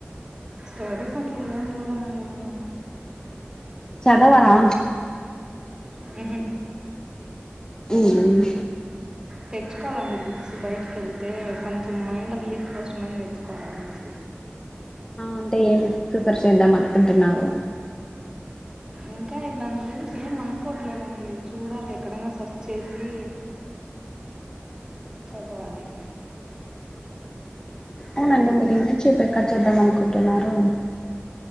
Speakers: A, on the right; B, on the left.
A: స్టోరీస్ అట్లా ఏం చూడనండి నేను
B: చదవరా
A: మ్హ
B: ఉమ్.
A: తెచ్చుకోవాలండి బుక్స్ బయటకి వెళ్తే, కొంచెం మైండ్ రిలీఫ్ కోసంమని తెచ్చుకోవాలి బుక్స్
B: ఆ అంటే ఏమి ప్రిఫర్ చేద్దాం అనుకుంటున్నారు
A: ఇంకా దాని గురించి ఏం అనుకోవట్లేదండి చూడాలి ఎక్కడైనా సెర్చ్ చేసి చదవది
B: అవునండి మీరు ఇంద చెపు ఎక్కడ చేద్దాం అనుకుంటున్నారు. అ